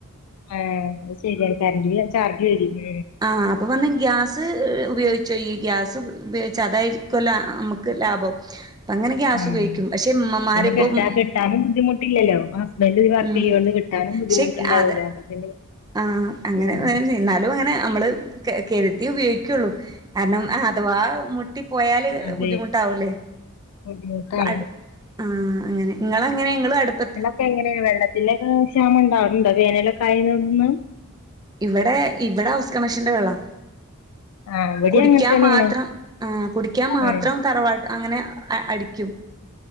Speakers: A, on the left; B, on the right.
A: ആഹ് അത് ശെര്യാ കറണ്ട്ന്ല്ല ചാർജ് വെരേ ഉം
B: ആഹ് അപ്പ പർഞ്ഞ് ഗ്യാസ് ഉപയോഗിച്ചോ ഇയ്യ് ഗ്യാസ് ഉപയോഗ്ച്ച അതായ്രിക്കുല്ലാേ അമ്മക്ക് ലാഭം പ്പങ്ങനെ ഗ്യാസുപയോഗിക്കും
A: ആഹ്
B: പക്ഷെ ഉമ്മമാരിപ്പം
A: പിന്നെ കെട്ടാ കിട്ടാനും ബുദ്ധിമുട്ട് ഇല്ലല്ലോ പ്പ ഹസ്ബന്റ് ഇതി വർക്കെയ്യോണ്ട്
B: ഉം
A: കിട്ടാനും ബുദ്ധിമുട്ട്ണ്ടാവൂലാ
B: പക്ഷെ അത്
A: പിന്നെ
B: ആഹ് അങ്ങനെ
A: ഉം
B: എന്നാലും അങ്ങെനെ അമ്മള് കെ കെര്ത്യേ ഉപയോഗിയ്ക്കാെള്ളൂ കാര്ണം ആഹ് അഥവാ മുട്ടി പോയാല്
A: അതെ
B: ബുദ്ധിമുട്ടാവൂലേ
A: ബുദ്ധിമുട്ടാണ്
B: അട് ആഹ് അങ്ങെനെ ഇങ്ങെളെങ്ങെനെ ഇങ്ങെള് അട്പ്പത്ത്
A: ഇപ്പെങ്ങെനെ വെള്ളെത്തിന്റെയെക്കെ ക്ഷാമണ്ടാവല്ണ്ടോ വേനലാെക്കായേനോന്ന്
B: ഇവടെ ഇവടെ ഹൗസ് കണക്ഷന്റെ വെള്ളാ
A: ആഹ് ഇവിടിം
B: കുടിയ്ക്കാം
A: അങ്ങനെ തന്നെയാണ്
B: മാത്രം ആഹ് കുടിയ്ക്കാം മാത്രം
A: ആഹ്
B: തറവാട് അങ്ങെനെ അ അടിയ്ക്കും